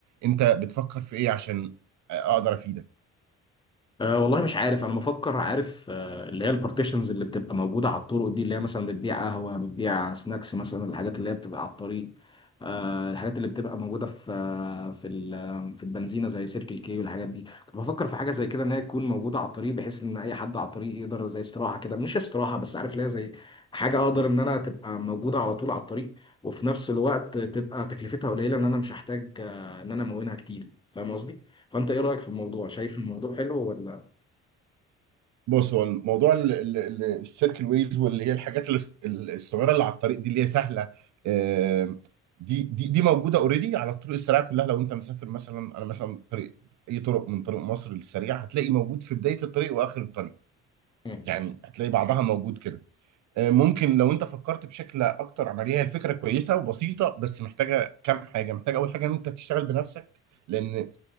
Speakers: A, on the right; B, on the left.
A: أنت بتفكر في إيه عشان أقدر أفيدك
B: أه والله مش عارف انا بفكر عارف أه اللي هي البارتيشنز اللي بتبقى موجوده على الطرق دي اللي هي مثلا بتبيع قهوه بتبيع سناكس مثلا الحاجات اللي هي بتبقى على الطريق أه الحاجات اللي بتبقى موجوده في آه، في ال- آه، في البنزينه زي سيركل كي والحاجات دي كنت بفكر في حاجه زي كده ان هي تكون موجوده على الطريق بحيث ان اي حد على الطريق يقدر زي استراحه كده مش استراحه بس عارف ليها زي حاجه اقدر ان انا تبقى موجوده على طول على الطريق وفي نفس الوقت تبقى تكلفتها قليله ان انا مش هحتاج آه، ان انا امونها كتير فاهم قصدي فانت ايه رايك في الموضوع شايف الموضوع حلو ولا
A: بص هو الموضوع ال- ال- ال- السيركل ويز واللي هي الحاجات ال- ال- الصغيره اللي على الطريق دي اللي هي سهله آم، دي دي دي موجوده اوريدي على الطرق السريعه كلها لو انت مسافر مثلا انا مثلا طريق اي طرق من طرق مصر للسريع هتلاقي موجود في بدايه الطريق واخر الطريق
B: مم.
A: يعني هتلاقي بعضها موجود كده آه، ممكن لو انت فكرت بشكل اكتر عمليه هي الفكره كويسه وبسيطه بس محتاجه كام حاجه محتاجه اول حاجه ان انت تشتغل بنفسك لان